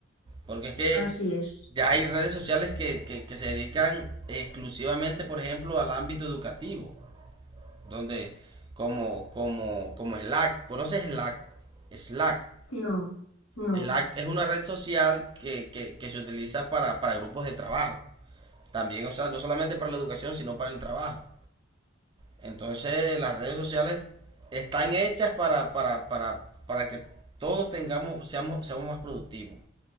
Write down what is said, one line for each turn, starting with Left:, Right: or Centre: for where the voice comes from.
Right: Porque es que
Left: Así es.
Right: Ya hay redes sociales que, que, que se dedican exclusivamente, por ejemplo, al ámbito educativo, donde como, como, como Slack, ¿conoces Slack? Slack.
Left: No, no.
Right: Slack es una red social que, que, que se utiliza para, para grupos de trabajo. También, o sea, no solamente para la educación, sino para el trabajo. Entonces, las redes sociales están hechas para, para, para, para que todos tengamos, seamos, seamos más productivos